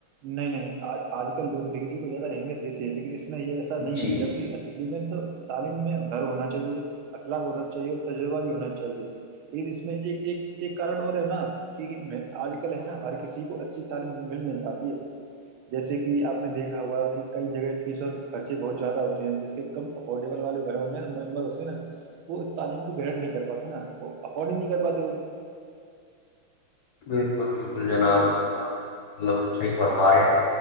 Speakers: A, on the right; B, on the left.
A: نہیں نہیں آج کل لوگ ڈگری کو زیادہ اہمیت دیتے لیکن اس میں یہ ایسا نہیں
B: جی
A: ہے جب کہ اصلی میں تو تعلیم میں گر ہونا چاہیے اخلاق ہونا چاہیے اور تجربہ بھی ہونا چاہیے لیکن اس میں ایک ایک کارن اور ہے نا کہ میں آج کل ہے نا ہر کسی کو اچھی تعلیم مل نہیں پاتی جیسے کہ آپ نے دیکھا ہوا کہ کئی جگہ فیس اور خرچے بہت زیادہ ہوتے ہیں جس کے کم افورڈیبل والے گھر ممبر ہوتے ہیں نا وہ تعلیم کو گٹ نہیں کر پاتے نا وہ افورڈ ہی نہیں کر پاتے وہ
B: بالکل بالکل جناب آپ ملب صحیح فرما رہے ہیں